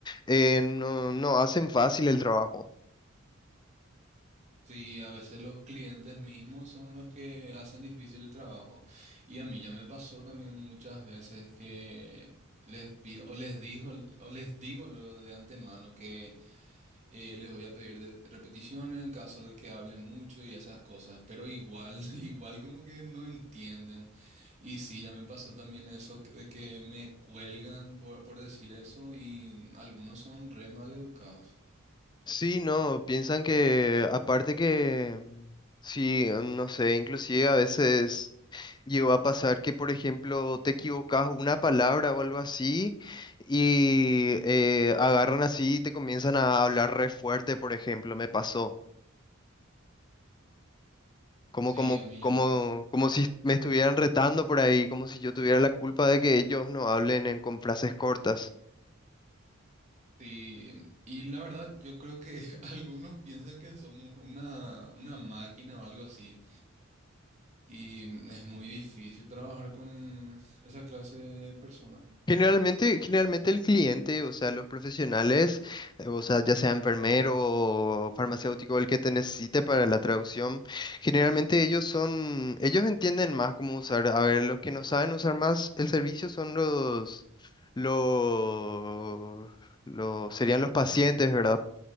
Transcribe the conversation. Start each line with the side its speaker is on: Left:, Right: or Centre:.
Left: eh, no, no hacen fácil el trabajo.
Right: Sí, a veces los clientes mismos son los que hacen difícil el trabajo. Y a mí ya me pasó también muchas veces que les pido, o les digo, o les digo luego de antemano que Eh, les voy a pedir de- repeticiones en caso de que hablen mucho y esas cosas, pero igual, <laughs> igual como que no entienden. Y sí, ya me pasó también eso que- de que me cuelgan por, por decir eso y algunos son re mal educados.
Left: Sí, no, piensan que aparte que, mm, sí, mm, no sé, inclusive a veces llegó a pasar que, por ejemplo, te equivocas una palabra o algo así y eh, agarran así y te comienzan a hablar re fuerte, por ejemplo, me pasó. Como,
Right: Sí,
Left: como,
Right: a mí
Left: como,
Right: ya me pasó.
Left: como si me estuvieran retando por ahí, como si yo tuviera la culpa de que ellos no hablen en, con frases cortas.
Right: Sí, em, y la verdad, yo creo que <laughs> algunos piensan que somos una, una máquina o algo así. Y mm, es muy difícil trabajar con esa clase de personas. <laughs>
Left: Generalmente, generalmente el cliente, o sea, los profesionales, eh, o sea, ya sea enfermero o farmacéutico, el que te necesite para la traducción, generalmente ellos son, ellos entienden más cómo usar. A ver, los que no saben usar más el servicio son los, los, los serían los pacientes, ¿verdad?